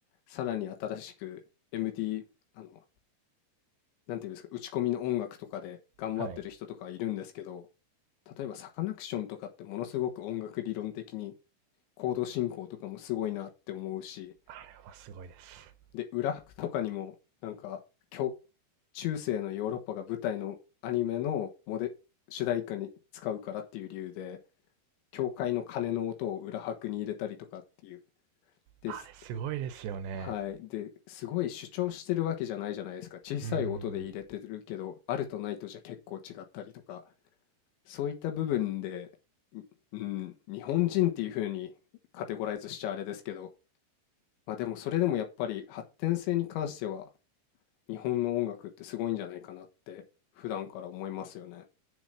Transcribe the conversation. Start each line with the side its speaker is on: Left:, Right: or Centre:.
Left: さらに新しく MD、あの、なんていうんですか、打ち込みの音楽とかで頑張ってる人とかいるんですけど、
Right: はい。
Left: 例えばサカナクションとかってものすごく音楽理論的にコード進行とかもすごいなって思うし、
Right: あれはすごいです。
Left: で、裏拍とかにもなんか、教中世のヨーロッパが舞台のアニメのモデ、主題歌に使うからっていう理由で、教会の鐘の音を裏拍に入れたりとかっていう。です。
Right: あれすごいですよね。
Left: はい。で、すごい主張してるわけじゃないじゃないですか。小さい音で入れてるけど、
Right: うん。
Left: あるとないとじゃ結構違ったりとかそういった部分で、ううん、日本人っていう風にカテゴライズしちゃあれですけど、まあでもそれでもやっぱり発展性に関しては日本の音楽ってすごいんじゃないかなって普段から思いますよね。